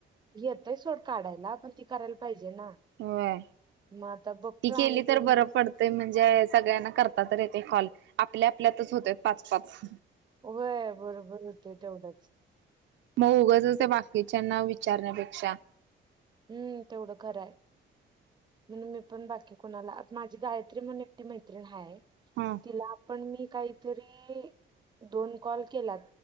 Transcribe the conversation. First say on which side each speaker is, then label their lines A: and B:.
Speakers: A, on the right (about 20°); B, on the right (about 70°).
A: येतय सोड काढायला पण ती करायला पाहिजे. ना
B: होय.
A: मग आता बघतो
B: ती केली
A: आणि कोण
B: तर बरं पडतंय सगळ्यांना करता तर येतय कॉल. आपल्या आपल्यातच होतोय पाच पाच.
A: होय बरोबर होतय तेवढंच
B: मग उगचच त्या बाकीच्याना विचारण्यापेक्षा
A: हम्म तेवढं खरं आहे. म्हणून मी पण बाकी कुणाला आता माझी गायत्री म्हणून एकटी मैत्रीण हाय.
B: हा
A: तिला आपण मी काहीतरी दोन कॉल केलात,